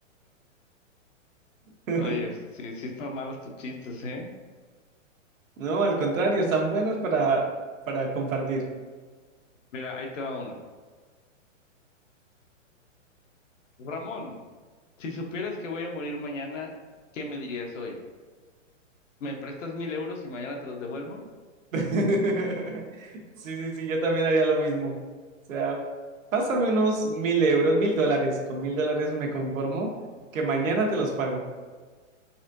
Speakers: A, on the right; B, on the left.
A: <laughs>
B: Oye, sí, sí están malos tus chistes, ¿eh?
A: No, al contrario, están buenos para, para compartir.
B: Mira, ahí te va uno. Ramón, si supieras que voy a morir mañana, ¿qué me dirías hoy? ¿Me prestas mil euros y mañana te los devuelvo?
A: <laughs> Sí, sí, sí, yo también haría lo mismo. O sea, pásame unos mil euros, mil dólares. Con mil dólares me conformo que mañana te los pago.